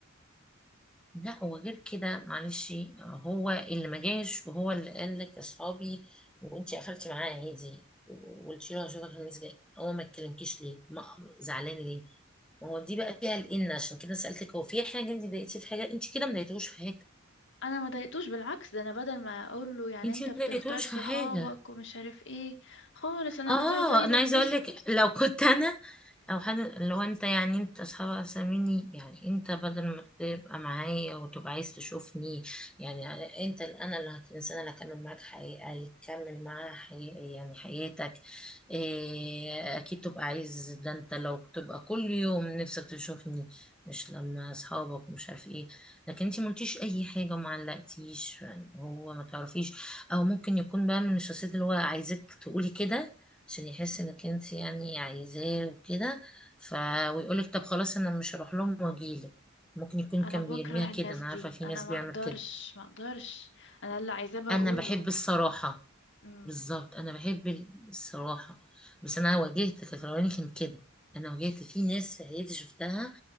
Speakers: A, in the centre; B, on the left.
A: لا وغير كده معلش هو اللي ما جاش وهو اللي قال لك اصحابي وانتي قفلتي معاه عادي وقلتي له هشوفك الخميس جاي هو ما اتكلمكيش ليه ما زعلان ليه ما هو دي بقى فيها الان عشان كده سالتك هو في حاجه انت ضايقتيه في حاجه انت كده ما ضايقتوش في حاجه
B: انا ما ضايقتوش بالعكس ده انا بدل ما اقول له يعني
A: انت
B: انت
A: ما
B: بتختار
A: ضايقتوش
B: صحابك
A: في حاجه
B: ومش عارف ايه خالص انا
A: اه
B: قلت له طيب
A: انا
B: اتبسط
A: عايزه اقول لك لو كنت انا او حد لو انت يعني انت اصحابك اساميني يعني انت بدل ما تبقى معايا وتبقى عايز تشوفني يعني انت اللي انا اللي هت- الانسان اللي هكمل معاك حقيقة يكمل معاه حقيقي يعني حياتك إيه اكيد تبقى عايز ده انت لو تبقى كل يوم نفسك تشوفني مش لما اصحابك مش عارف ايه لكن انت ملتيش اي حاجة وما علقتيش يعني هو ما تعرفيش او ممكن يكون بقى من الشخصيات اللي هو عايزك تقولي كده عشان يحس انك انت يعني عايزاه وكده ف ويقول لك طب خلاص انا مش هروح لهم واجيلك ممكن يكون
B: انا
A: كان
B: بكره
A: بيرميها كده
B: الناس
A: انا
B: دي
A: عارفه في
B: انا
A: ناس
B: ما
A: بيعمل
B: اقدرش
A: كده
B: ما اقدرش انا اللي عايزاه بقوله
A: انا بحب الصراحه
B: امم
A: بالظبط انا بحب الصراحه بس انا واجهت في الاولاني كان كده انا واجهت في ناس في عيلتي شفتها